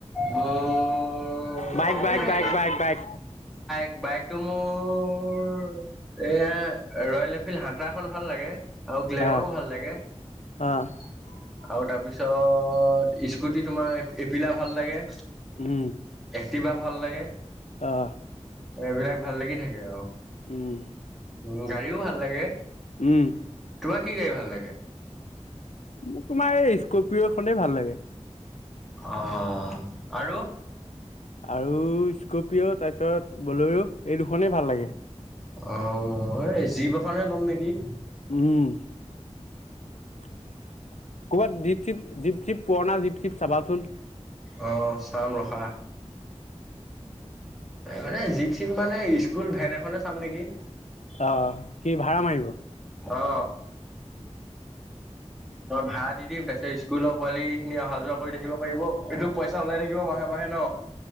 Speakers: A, in the centre; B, on the left (about 85°).
A: মোৰ
B: বাইক
A: এই
B: - বাইক - বাইক - বাইক - বাইক।
A: বাইক টো মোৰ এয়া ৰয়েল এনফিল্ড হাতা খন ভাল লাগে। আৰু গ্লেমাৰও
B: আহ
A: ভাল লাগে। আৰু
B: আহ
A: তাৰপিছত স্কুটি তোমাৰ এপিলা ভাল লাগে।
B: উম
A: তিভা ভাল লাগে।
B: আহ
A: এইবিলাক ভাল লাগি থাকে আৰু।
B: উম
A: উম, গাড়ীও ভাল লাগে।
B: উম,
A: তোমাৰ কি গাড়ী ভাল লাগে
B: মোক তোমাৰ এই স্কপিঅ খনেই ভাল লাগে।
A: অ', আৰু?
B: আৰু স্কপিঅ তাৰপিছত বলেৰ এই দুখনেই ভাল লাগে।
A: অ', এই যিব এখনহে ল'ম নেকি
B: উম, ক'ৰবাত দ্বীপ চিপ, দ্বীপ চিপ পুৰণা জিপ চিপ চাবাচোন।
A: অ', চাম ৰখা মানে জিপ চিপ মানে স্কুল ভেন এখনে চাম নেকি
B: অ', অ', কি ভাড়া মাৰিব অ'।
A: অ মই ভাড়া দি দিম তাৰপিত ইছ স্কুলৰ পোৱালি খিনি অহা যোৱা কৰি থাকিব পাৰিব। এইটো পইচা ওলাই থাকিব মাহে, মাহে ন।